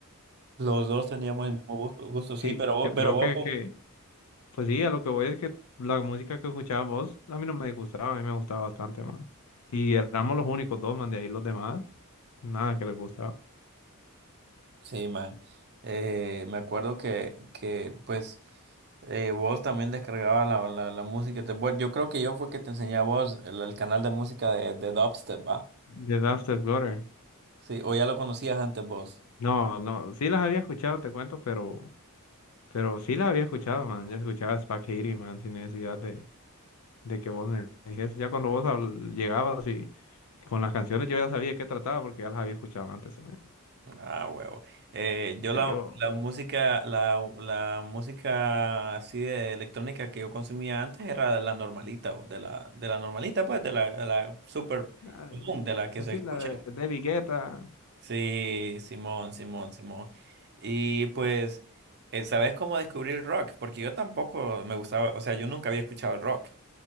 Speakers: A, on the right; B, on the left.
A: Los dos teníamos el mismo gusto, gusto, sí,
B: Sí,
A: pero vos,
B: yo creo
A: pero vos,
B: que,
A: con-
B: que, pues sí, a lo que voy es que la música que escuchabas vos, a mí no me gustaba, a mí me gustaba bastante, man. Y éramos los únicos dos, man, de ahí los demás, nada que les gustaba.
A: sí, man. Eh, me acuerdo que, que pues, eh, vos también descargabas la, la, la música. Te- bueno, yo creo que yo fue que te enseñé a vos el, el canal de música de, de Dubstep, ¿va?
B: The Dusted Gutter.
A: Sí, o ya lo conocías antes vos.
B: No, no, sí las había escuchado, te cuento, pero, pero sí las había escuchado, man. Yo escuchaba Spack Hitty, man, sin necesidad de, de que vos me dijese, ya cuando vos habl- llegabas y, y con las canciones yo ya sabía qué trataba porque ya las había escuchado antes también. ¿no?
A: Ah, huevo. Eh, yo
B: Sí,
A: la,
B: yo,
A: la música, la, la música así de electrónica que yo consumía antes era de la normalita, o de la, de la normalita, pues, de la, de la super
B: ah,
A: común, de la que
B: decir
A: se escucha.
B: la de, de Vigueta,
A: Sí, Simón, Simón, Simón. Y pues, eh, ¿sabes cómo descubrí el rock? Porque yo tampoco me gustaba, o sea, yo nunca había escuchado el rock.